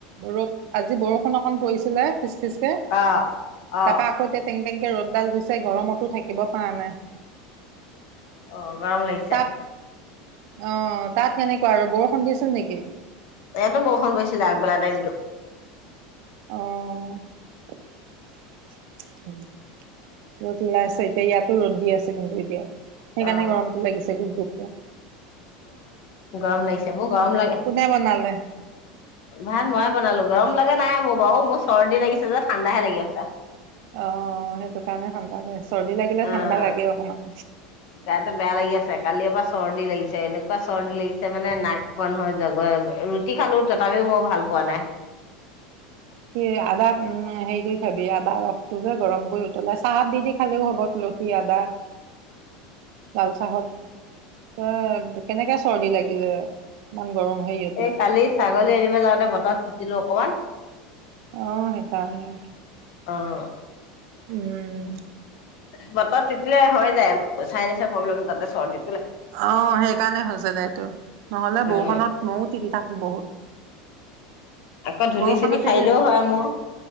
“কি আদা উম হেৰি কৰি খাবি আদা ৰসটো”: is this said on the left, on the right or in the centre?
Right